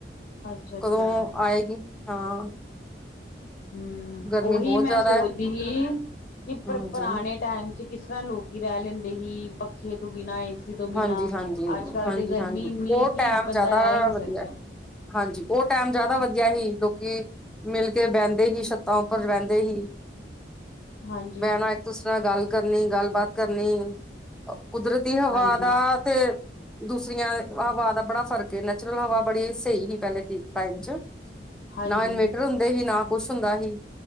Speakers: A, on the left; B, in the centre.
A: ਅੱਛਾ
B: ਕਦੋਂ
A: ਅੱਛਾ
B: ਆਏਗੀ? ਹਾਂ।
A: ਹਮ
B: ਗਰਮੀ
A: ਉਹੀ
B: ਬਹੁਤ
A: ਮੈਂ
B: ਜ਼ਿਆਦਾ
A: ਸੋਚਦੀ
B: ਹੈ
A: ਸੀ ਕਿ ਪਰ
B: ਹਾਂਜੀ
A: ਪੁਰਾਣੇ ਟਾਈਮ ਚ ਕਿਸ ਕਿਸ ਤਰ੍ਹਾਂ ਲੋਕੀ ਰਹਿ ਲੈਂਦੇ ਸੀ ਪੱਖੇ ਤੋਂ ਬਿਨਾਂ ਐਸੀ ਤੋਂ ਬਿਨਾਂ,
B: ਹਾਂਜੀ ਹਾਂਜੀ
A: ਅੱਜ ਕੱਲ
B: ਹਾਂਜੀ
A: ਤੇ ਗਰਮੀ
B: ਹਾਂਜੀ
A: ਇੰਨੀ
B: ਉਹ
A: ਕਿ
B: ਟੈਮ
A: ਬੰਦਾ
B: ਜ਼ਿਆਦਾ
A: ਰਹਿ ਹੀ ਨਹੀਂ
B: ਵਧੀਆ
A: ਸਕਦਾ।
B: ਸੀ। ਹਾਂਜੀ, ਉਹ ਟਾਈਮ ਜ਼ਿਆਦਾ ਵਧੀਆ ਹੀ ਲੋਕ ਕਿ ਮਿਲ ਕੇ ਬਹਿੰਦੇ ਹੀ, ਛੱਤਾਂ ਉੱਪਰ ਰਹਿੰਦੇ ਹੀ।
A: ਹਾਂਜੀ,
B: ਬੈਨਾ ਇੱਕ ਦੂਸਰੇ ਨਾਲ ਗੱਲ ਕਰਨੀ, ਗੱਲਬਾਤ ਕਰਨੀ, ਕੁਦਰਤੀ ਵਾਦਾ
A: ਹਾਂਜੀ,
B: ਤੇ ਦੂਸਰੀਆਂ ਹਵਾ ਦਾ ਬੜਾ ਫ਼ਰਕ ਏ, ਨੈਚੁਰਲ ਹਵਾ ਬੜੀ ਸਹੀ ਸੀ ਪਹਿਲੇ ਟਾਈਮ ਚ
A: ਹਾਂਜੀ,
B: ਨਾ ਇਨਵੇਟਰ
A: ਹਾਂਜੀ,
B: ਹੁੰਦੇ ਹੀ ਨਾ ਕੁਛ ਹੁੰਦਾ ਹੀ।